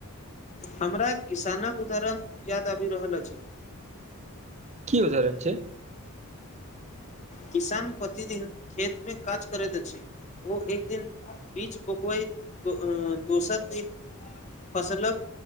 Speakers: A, on the left (about 30°); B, on the right (about 30°).
A: हमरा किसानक उदाहरण याद आबि रहल अछि
B: की उदाहरण छै
A: किसान प्रतिदिन खेत मे काज करैत अछि ओ एक दिन बीच बोकवई दोसर दिन फसलक